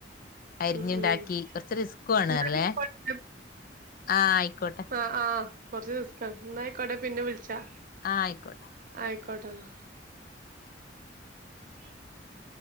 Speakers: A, on the left (about 50°); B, on the right (about 50°).
A: അരിഞ്ണ്ടാക്കി
B: ഉം ഉം
A: കുറച്ച് റിസ്കണറില്ലേ
B: ന്നാ ആയിക്കോട്ടെ.
A: ആഹ് ആയിക്കോട്ടെ
B: ആഹ് ആഹ് കോർച്ച് റിസ്ക്കാണ് ന്നായിക്കോട്ടേ പിന്നെ വിൾച്ചാ
A: ആഹ് അയ്ക്കോട്ടെ
B: ആയിക്കോട്ടന്നാ <inaudible>